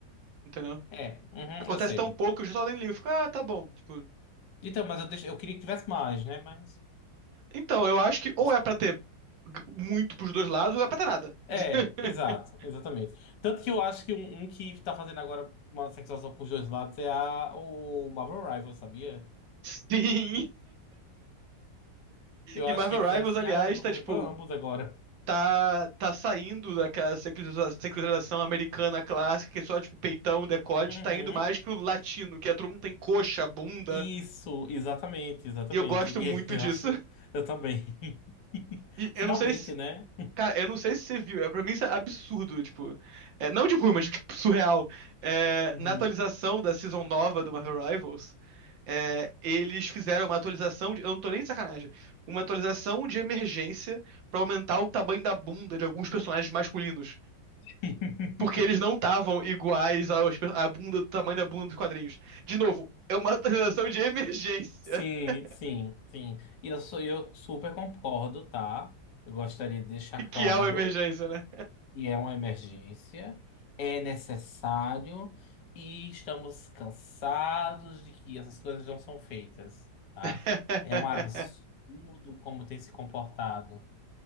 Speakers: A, on the right; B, on the left.
A: entendeu?
B: é, uhum,
A: Acontece
B: eu sei.
A: tão pouco que eu só nem ligo. Eu fico, ah, tá bom. Tipo.
B: Então, mas eu, deixo, eu queria que tivesse mais, né? Mas.
A: Então, eu acho que ou
B: <laughs>
A: é pra ter g- muito pros dois lados, ou é pra ter nada.
B: É,
A: <laughs>
B: exato, exatamente. Tanto que eu acho que um, um que tá fazendo agora uma sexualização pros dois lados é a, o Marvel Rivals, sabia?
A: Sim.
B: Eu
A: E
B: acho
A: Marvel
B: que eles
A: Rivals,
B: eram assim,
A: aliás,
B: ah, eu vou
A: tá
B: fazer
A: tipo.
B: pra ambos agora.
A: tá, tá saindo daquela seculariza- secularização americana clássica, que é só, tipo, peitão, decote,
B: <laughs> Uhum.
A: tá indo mais pro latino, que é todo mundo tem coxa, bunda,
B: Isso, exatamente, exatamente.
A: e eu gosto
B: E
A: muito
B: aí, <laughs> eu
A: disso.
B: acho, eu também. <laughs>
A: E eu
B: Finalmente,
A: não sei se.
B: né?
A: Cara, eu não sei se você viu, é, pra mim isso é absurdo, tipo. É, não de ruim, mas tipo, <laughs> surreal. É,
B: Uhum.
A: na atualização da season nova do Marvel Rivals, é, eles fizeram uma atualização de. Eu não tô nem de sacanagem. Uma atualização de emergência pra aumentar o tamanho da bunda de alguns personagens masculinos.
B: <laughs>
A: Porque eles não estavam iguais aos, à bunda, do tamanho da bunda dos quadrinhos. De novo, é uma <laughs> atualização de emergência.
B: Sim,
A: <laughs>
B: sim, sim. E eu sou, eu super concordo, tá? Eu gostaria de deixar
A: Que
B: claro
A: é o emergência, né?
B: que é uma emergência, é necessário e estamos cansados de que essas coisas não são feitas, tá?
A: <laughs>
B: É um absurdo como tem se comportado.